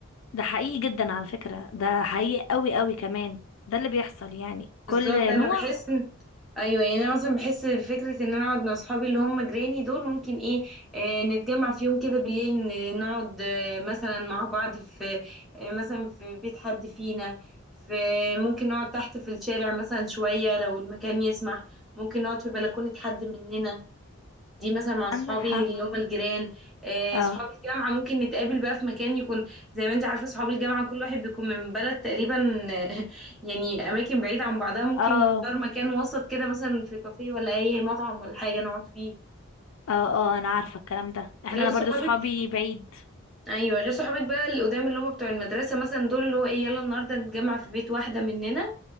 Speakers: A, on the left; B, in the centre.
A: ده حقيقي جدا على فكرة ده حقيقي قوي قوي كمان ده اللي بيحصل يعني
B: بالظبط
A: كل
B: انا
A: نوع
B: بحس ان ايوه يعني انا مثلا بحس فكره ان انا اقعد مع اصحابي اللي هم جيراني دول ممكن ايه آه نتجمع في يوم كده بالليل ن- نقعد آه مثلا مع بعض في آه مثلا في بيت حد فينا في ممكن نقعد تحت في الشارع مثلا شويه لو المكان يسمح ممكن نقعد في بلكونه حد مننا دي مثلا مع صحابي
A: عندك حق
B: اللي هم الجيران آه،
A: اه
B: صحاب الجامعة ممكن نتقابل بقى في مكان يكون زي ما انت عارفة صحاب الجامعة كل واحد بيكون من بلد تقريبا آه، <laughs> يعني أماكن بعيدة عن بعضها ممكن
A: اه
B: نختار مكان وسط كده مثلا في كافيه ولا أي مطعم ولا حاجة نقعد فيه
A: اه اه انا عارفة الكلام ده احنا
B: غير
A: انا
B: صحابك
A: برضو صحابي بعيد
B: أيوة غير صحابك بقى اللي قدام اللي هم بتوع المدرسة مثلا دول اللي هو إيه يلا النهاردة نتجمع في بيت واحدة مننا